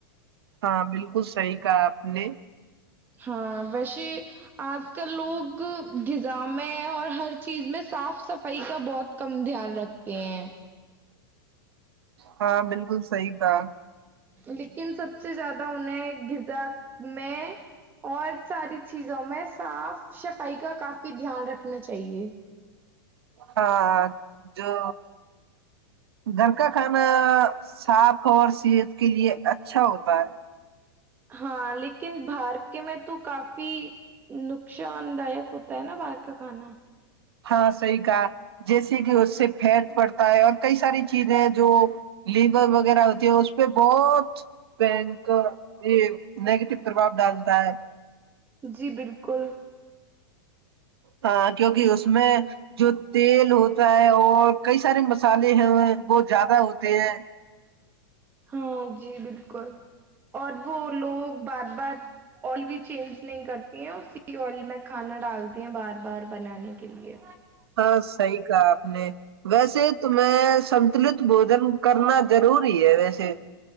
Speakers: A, on the right; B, on the right.
A: ہاں بالکل صحیح کہا آپ نے
B: ہاں ویسے آج کل لوگ غذا میں اور ہر چیز میں صاف صفائی کا بہت کم دھیان رکھتے ہیں
A: ہاں بالکل صحیح تھا
B: لیکن سب سے زیادہ انہیں غذا میں اور ساری چیزوں میں صاف صفائی کا کافی دھیان رکھنا چاہیے
A: ہاں جو گھر کا کھانا صاف اور صحت کے لیے اچھا ہوتا ہے
B: ہاں لیکن بار کے میں تو کافی نقصان داائک ہوتا ہے نا باہر کا کھانا
A: ہاں صحی کا جیسے کہ اس سے پھیٹ پڑتا تا اور کئی ساری چیزیں جو لیور وغیرہ ہوتی ہے اس پہ بہت پ یہ نیگیٹو پربؤ ڈالتا ہے
B: جی بالکل
A: ہاں کیونکہ اس میں جو تیل ہوتا ہے اور کئی سارے مس مسالے ہیں وہ بہت زیادہ ہوتے ہیں
B: ہاں جی بالکل اور وہ لوگ بار بار آئل بھی چینج نہیں کرتی ہیں اسی آئل میں کھانا ڈالتے ہیں بار بار بنانے کے لیے
A: ہاں صحیح کہا آپ نے ویسے میں سنتلت بوجن کرنا ضروری ہے ویسے